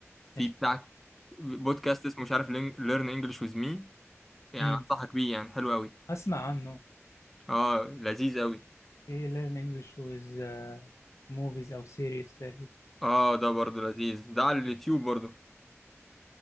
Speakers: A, in the centre; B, on the left.
A: في
B: قشطه
A: بتاع بودكاست اسمه مش عارف ليرن انجليش ويز مي يعني
B: مم.
A: انصحك بيه يعني حلو قوي
B: اسمع عنه
A: اه لذيذ قوي
B: في learn English with uh, movies او series تقريبا
A: اه ده برضه لذيذ ده على اليوتيوب
B: مم.
A: برضه